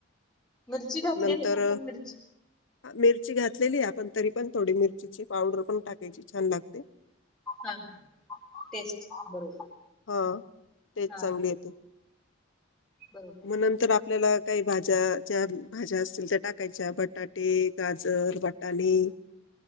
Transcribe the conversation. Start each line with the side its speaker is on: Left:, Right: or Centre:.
Centre: मिरची घातलेली
Left: मग नंतर,
Centre: ना आपण मिरची
Left: मिरची घातलेलीय आपण तरी पण थोडी मिरचीची पावडर पण टाकायची छान लागते.
Centre: हा, टेस्ट बरोबर.
Left: हा टेस्ट
Centre: हा
Left: चांगली येते.
Centre: बरोबर
Left: म नंतर आप आपल्याला काही भाज्या ज्या भाज्या असतील त्या टाकायच्या. बटाटे, गाजर, वा आणि